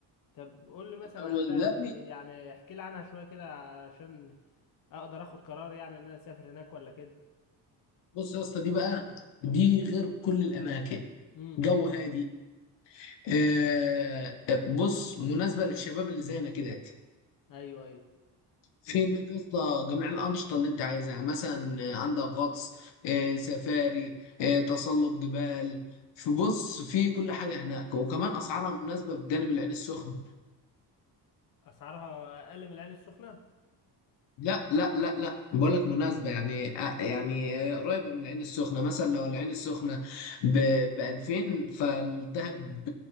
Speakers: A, on the left; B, on the left.
A: طب قول لي مثلا
B: طب
A: على دهب
B: ده
A: آه، يعني احكي لي عنها شوية كده عشان اقدر اخد قرار يعني ان انا اسافر هناك ولا كده
B: بص يا اسطى دي بقى دي غير كل الاماكن
A: امم
B: جو هادي آه، بص مناسبة للشباب اللي زينا كده
A: ايوه ايوه
B: في هناك يا اسطى جميع الأنشطة اللي أنت عايزها مثلا آه، عندك غطس آه، سفاري آه، تسلق جبال فبص في كل حاجة هناك وكمان أسعارها مناسبة بجانب العين السخنة
A: اسعارها اقل من العين السخنة
B: لا لا لا لا بقول لك مناسبة يعني آه، يعني آه، قريبة من العين السخنة مثلا لو العين السخنة ب 2000 فالدهب